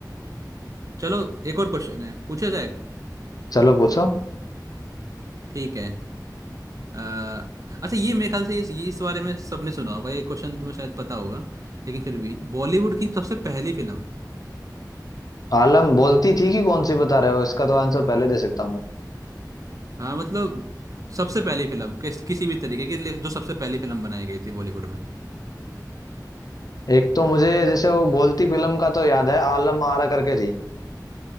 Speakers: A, on the right; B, on the left.
A: चलो एक और क्वेश्चन है पूछा जाए
B: चलो पूछो
A: ठीक है अ, अच्छा ये मेरे ख्याल से ये ये इस बारे में सबने सुना होगा ये क्वेश्चन तुम्हें शायद पता होगा लेकिन फिर भी बॉलीवुड की सबसे पहली फिल्म
B: आलम बोलती थी कि कौन सी बता रहे हो इसका तो आंसर पहले दे सकता हूँ मैं
A: हाँ मतलब सबसे पहली फिल्म किस किसी भी तरीके की जो सबसे पहली फिल्म बनाई गई थी बॉलीवुड में
B: एक तो मुझे जैसे वो बोलती फिल्म का तो याद है आलम आरा करके थी